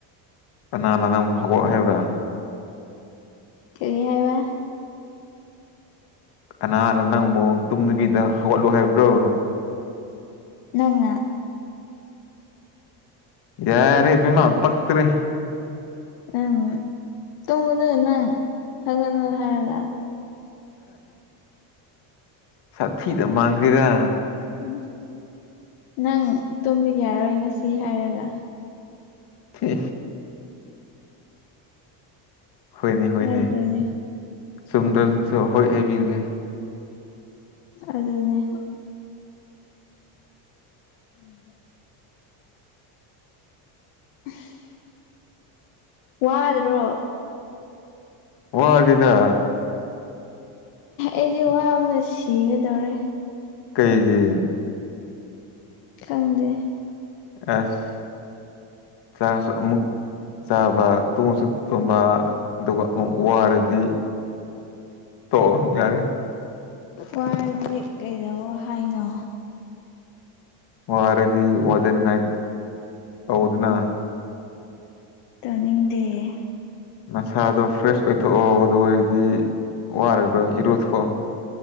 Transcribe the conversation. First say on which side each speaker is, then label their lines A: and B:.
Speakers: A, on the left; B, on the left.
A: ꯑꯅꯥ ꯂꯅ ꯑꯃꯨꯛ ꯍꯧꯒꯠ ꯍꯥꯏꯕ꯭ꯔꯥ
B: ꯀꯔꯤ ꯍꯥꯏꯕ
A: ꯀꯅꯥꯅ ꯅꯪꯕꯨ ꯇꯨꯝꯗꯕꯤꯗ ꯍꯧꯒꯠꯂꯨ ꯍꯥꯏꯕ꯭ꯔꯣ
B: ꯅꯪ
A: ꯌꯥꯔꯦ ꯄꯄꯤꯃ ꯄꯛꯇꯔꯤ
B: ꯎꯝ ꯇꯣꯡꯒꯅ ꯅꯪ ꯍꯥꯏꯒꯠꯂꯣ ꯍꯥꯏꯔꯒ
A: ꯁꯥꯊꯤꯗ ꯃꯥꯡꯈꯦꯔꯥ
B: ꯎ ꯅꯪ ꯇꯨꯝꯕꯤꯕ ꯌꯥꯔꯣꯏ ꯉꯁꯤ ꯍꯥꯏꯔꯒ
A: ꯊ ꯍꯣꯏꯅꯦ ꯍꯣꯏꯅꯦ
B: ꯍꯥꯏꯗ꯭ꯔꯣꯅꯦ
A: ꯆꯨꯝꯗꯁꯨ ꯍꯣꯏ ꯍꯥꯏꯕꯤꯔꯒꯦ
B: ꯑꯗꯨꯗꯅꯦ ꯎꯝ <unintelligible> ꯋꯥ ꯑꯗꯨ꯭ꯔꯣ
A: ꯍ ꯑꯗꯨꯗꯗ
B: ꯑꯩꯁꯦ ꯋꯥꯅ ꯁꯤꯒꯗꯧꯔꯦ
A: ꯀꯩꯒꯤ
B: ꯈꯪꯗꯦ
A: ꯑꯁ ꯆꯁꯨ ꯑꯃꯨꯛ ꯆꯥꯕ ꯇꯣꯡꯁꯨ ꯇꯨꯝꯕ ꯑꯗꯨꯒ ꯑꯃꯨꯛ ꯋꯥꯔꯗꯤ ꯇꯣꯛꯑꯣ ꯌꯥꯔꯦ
B: ꯋꯥꯔꯗꯤ ꯀꯩꯗꯧꯋꯣ ꯍꯥꯏꯅꯣ
A: ꯋꯥꯔꯗꯤ ꯋꯥꯗ ꯅꯤꯡꯉꯥꯏ ꯇꯧꯋꯣꯗꯅ
B: ꯇꯥꯅꯤꯡꯗꯦꯌꯦ
A: ꯅꯁꯥꯗꯣ ꯐ꯭ꯔꯦꯁ ꯑꯣꯏꯊꯣꯛꯑꯣ ꯑꯣꯗꯨ ꯑꯣꯏꯔꯗꯤ ꯋꯥꯔꯔꯣꯏ ꯏꯔꯨꯊꯣꯛꯑꯣ